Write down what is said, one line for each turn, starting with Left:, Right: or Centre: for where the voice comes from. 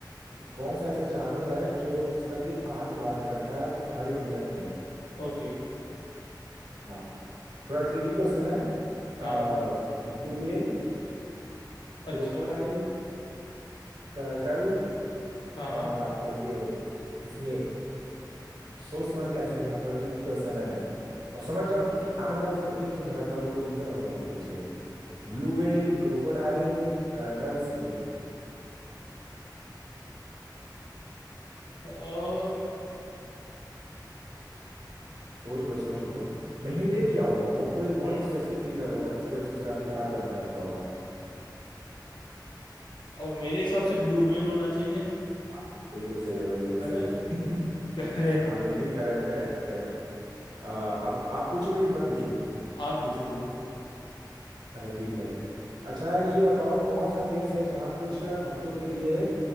Right: तो कौन सा ऐसा जानवर है जो जिसका दिल आठ बार धड़कता है हर एक मिनट में
Left: ओके
Right: हाँ थोड़ा ट्रिकी क्वेश्चन है आ,
Left: हाँ
Right: ब्लू व्हेल
Left: अच्छा
Right: क्रोकोडाइल टर्टल
Left: हाँ
Right: और
Left: हाँ
Right: आपका ये स्नेक सोच समझ के आंसर देना थोड़ा ट्रिकी क्वेश्चन है अब समझ जाओ कि, कि आठ बार उसका दिल क्यों धड़कता होगा कोई रीजन होगा उसके पीछे Blue whale crocodile turtle snake
Left: अ,
Right: सोच लो सोच लो मैं हिंट दे दिया हूँ वो कोई बहुत
Left: हम्म,
Right: स्पेसिफिक रीजन होगा जिसकी वजह से उसका दिल आठ बार धड़कता होगा
Left: और मेरे हिसाब से ब्लू व्हेल होना चाहिए
Right: हाँ बिल्कुल सही है बिल्कुल
Left: है
Right: सही
Left: ना
Right: <laughs>
Left: करेक्ट
Right: हाँ बिल्कुल करेक्ट करेक्ट
Left: <laughs>
Right: करेक्ट अब आप पूछोगे कि मैं पूछूं
Left: आप पूछो ब्रो
Right: अच्छा ठीक है अच्छा ये बताओ कौन सा देश है जहाँ कुछ हफ्तों के लिए